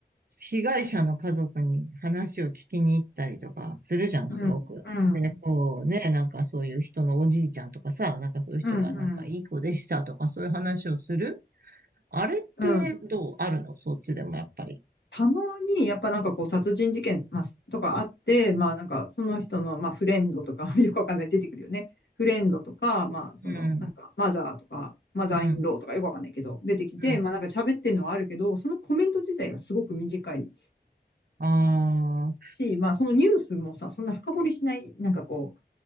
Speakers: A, on the right; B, on the left.
A: 被害者の家族に話を聞きに行ったりとかするじゃん、
B: うん。
A: すごく。
B: うん。
A: で、こうね、なんかそういう人のおじいちゃんとかさ、なんかそういう人がなんかいい子でしたとかそういう話をする
B: うん。うん。
A: あれってどうあるのそっちでもやっぱり。
B: うん。たまに、やっぱなんかこう、殺人事件、まあ、とかあって、まあなんか、その人の、まあフレンドとか、<laughs> よくわかんない、出てくるよね。フレンドとか、まあその、
A: うん、
B: なんか、マザーとか、マザーインローとかよくわかんないけど、
A: うん、
B: 出てきて、
A: うん。
B: まあなんか喋ってるのはあるけど、そのコメント自体がすごく短い
A: ああ、う
B: し、まあそのニュースもさ、そんな深掘りしない、なんかこ